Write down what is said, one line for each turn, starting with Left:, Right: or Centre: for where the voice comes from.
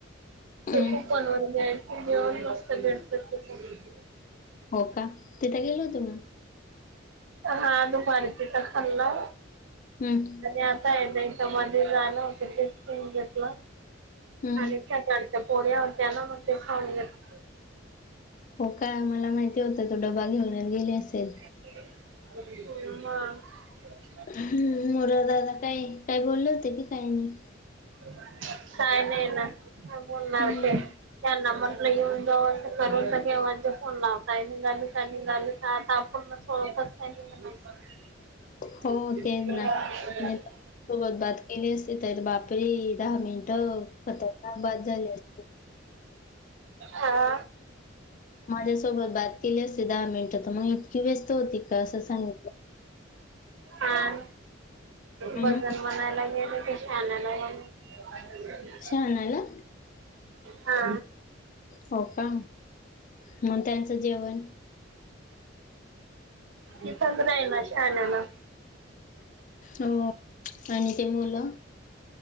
Left: हं.
Right: ते कूपन वर घ्यायचे जेऊन मस्त भेटत तिथ.
Left: हो का तिथं गेल होत मग
Right: हा दुपारी त तर हला.
Left: हम्म.
Right: आता मध्ये झालं होतं तेचन घेतलं.
Left: हं.
Right: आणि त्याच्याडच्या पोळ्या होत्या ना मग ते खऊन घेत.
Left: हो काय मला माहिती होतं तो डबा घेऊन गेले असेल.
Right: ब म
Left: हम्म मोरा दादा काय काही बोलले होते की काही नाही.
Right: काय नाही ना आपणणारख
Left: हं.
Right: त्या नंबरला येऊन जाऊ असं करून तर केव फोन लावताय झाली. निघाले आता आपूर्ण सपच. <unintelligible>
Left: हो तेच ना. नाहीतर सोबत बात केली असते तर बापरी दहा मिनिटं खतरनाक बाद झाली असते.
Right: हा.
Left: माझ्यासोबत बात केली असते दहा मिनिटं तर मग इतकी व्यस्त होती का अस सांगितल.
Right: काल वजन.
Left: हं.
Right: मनायला गेले ते शा न्या आणायला.
Left: शहाणाला.
Right: हा.
Left: हो का मग त्यांचं जेवण
Right: तिथ बनय ना शल ना.
Left: हो आणि ते बोल.